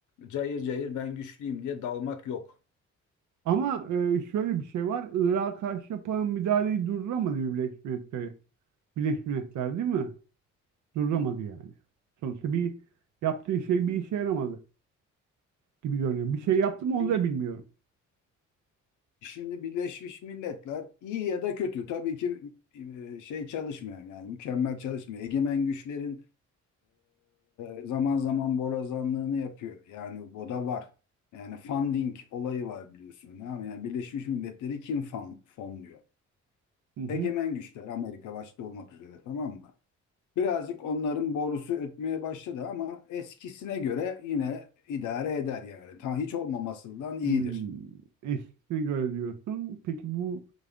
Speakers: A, on the left; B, on the right.
A: cayır cayır ben güçlüyüm diye dalmak yok.
B: Ama e, şöyle bir şey var. Irak'a karşı yapılan müdahaleyi durduramadı Birleşmiş Milletler. Birleşmiş Milletler değil mi? Durduramadı yani. Sonuçta bir yaptığı şey bir işe yaramadı gibi görünüyor. Bir şey yaptı mı onu
A: Şimdi
B: da bilmiyorum.
A: şimdi Birleşmiş Milletler iyi ya da kötü tabii ki e, şey çalışmıyor yani mükemmel çalışmıyor. Egemen güçlerin e, zaman zaman borazanlığını yapıyor. Yani bu da var. Yani funding olayı var biliyorsun. Tamam mı? Yani Birleşmiş Milletleri kim fon- fonluyor?
B: Hı hı.
A: Egemen güçler Amerika başta olmak üzere tamam mı? Birazcık onların borusu ötmeye başladı ama eskisine göre yine idare eder yani. Ta hiç olmamasından iyidir.
B: Hmm, eskisine göre diyorsun. Peki bu